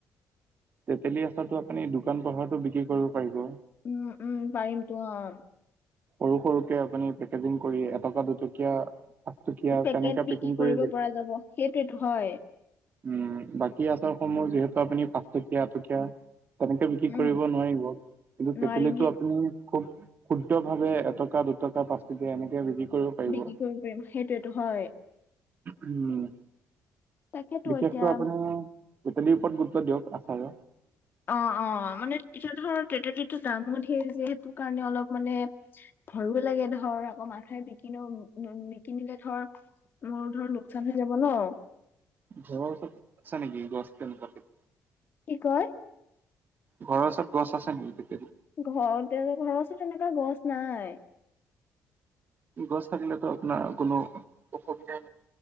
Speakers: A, on the right; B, on the left.
A: তেতেলী আচাৰটো আপুনি দোকান পোহাৰটো বিক্ৰী কৰিব পাৰিব!
B: উম, উম, পাৰিম তো অঁ।
A: সৰু সৰুকে আপুনি পেকেজিং কৰি এটকা দুটকীয়া, পাঁচ টকীয়া
B: পেকেট
A: তেনেকে
B: বিক্ৰী
A: পেকিং
B: কৰিব
A: কৰি
B: পৰা যাব সেইটোৱেতো হয়
A: উম বাকী আচাৰসমূহ যিহেতু আপুনি পাঁচটকীয়া এটকীয়া তেনেকে বিক্ৰী
B: উম
A: কৰিব নোৱাৰিব কিন্তু
B: নোৱাৰিম
A: কেটলীটো
B: সেই
A: আপুনি খুব শুদ্ধ্ৰ ভাৱে এটকা দুটকা পাঁচ টকীয়া এনেকে বিক্ৰী কৰিো পাৰিব!
B: বিক্ৰী কৰিব পাৰিম সেইটোৱেতো হয়
A: উম
B: তাকেতো
A: বিশেষকৈ
B: এতিয়া
A: আপুনি গতেদিৰ ওপৰত গুৰুত্ব দিয়ক আচাৰৰ <unintelligible>
B: অ অ মানে এতিয়া ধৰ তেটলীটোৰ দামো ঢেৰ যিহেতু সেইটো কাৰণে অলপ মানে ভয়ো লাগে ধৰ আকৌ মানুহে নিকিনেও নিকিনিলে ধৰ মোৰ ধৰ লোকচান হৈ যাব ন
A: ঘৰৰ ওচৰত আছা নেকি গছ তেনেকুৱাত
B: কি কয়?
A: ঘৰৰ ওচৰত গছ আছে!
B: ঘৰতে তেনেকুৱা গছ নাই।
A: গছ থাকিলেতো আপোনাৰ কোনো অসুবিধাই নাই।